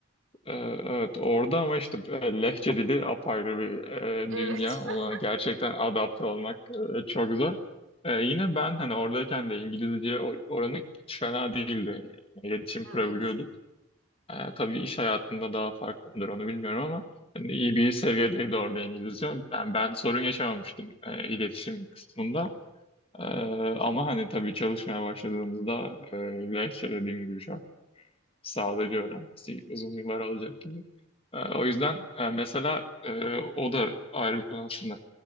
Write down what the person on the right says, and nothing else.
Evet.
<laughs>
Evet,